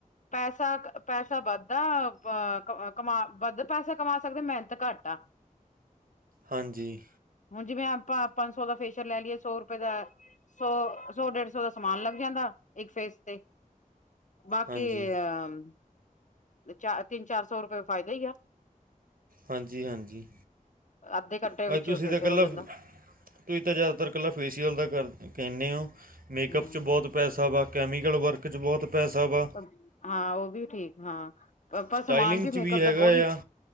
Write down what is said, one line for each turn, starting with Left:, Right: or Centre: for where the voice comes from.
Left: ਪੈਸਾ-ਪੈਸਾ ਵੱਧਦਾ ਅ ਕਮਾ ਵੱਧ ਪੈਸਾ ਕਮਾ ਸਕਦੇ ਮਿਹਨਤ ਘੱਟ <inaudible>
Right: ਹਾਂਜੀ।
Left: ਹੁਣ ਜਿਵੇਂ ਆਪਾਂ ਪੰਜ ਸੌ ਦਾ ਫੇਸ਼ੀਅਲ ਲੈ ਲਈਏ ਸੌ ਰੁਪਏ ਦਾ ਸੌ-ਸੌ ਡੇਢ ਸੌ ਦਾ ਸਮਾਨ ਲੱਗ ਜਾਂਦਾ ਇੱਕ ਫੇਸ ਤੇ। ਬਾਕੀ
Right: ਹਾਂਜੀ
Left: ਅ ਚਾਰ ਤਿੰਨ, ਚਾਰ ਸੌ ਰੁਪਏ ਫਾਇਦਾ ਹੀ ਆ
Right: ਹਾਂਜੀ-ਹਾਂਜੀ।
Left: ਅੱਧੇ ਘੰਟੇ
Right: ਭ
Left: ਵਿੱਚ
Right: ਤੁਸੀਂ
Left: ਫੇਸ਼ੀਅਲ
Right: ਤਾਂ ਕੱਲਾ
Left: ਹੋ ਜਾਂਦਾ
Right: ਤੁਸੀਂ ਤਾਂ ਜ਼ਿਆਦਾਤਰ ਇਕੱਲਾ ਫੇਸੀਅਲ ਦਾ ਕਰ ਕੇਨੇ ਓ ਮੇਕਅੱਪ
Left: ਹੂੰ,
Right: 'ਚ ਬਹੁਤ ਪੈਸਾ ਵਾ ਕੈਮੀਕਲ ਵਰਕ ਚ ਬੋਤ ਪੈਸਾ ਵਾ।
Left: ਪਰ ਹਾਂ ਓ ਵੀ ਠੀਕ ਹਾਂ ਆਪਾ
Right: ਸਟਾਈਲਿੰਗ
Left: ਸਮਾਨ ਵੀ
Right: 'ਚ
Left: ਮੇਕਅਪ
Right: ਹੈਗਾ
Left: ਦਾ ਬਹੁਤ
Right: ਆ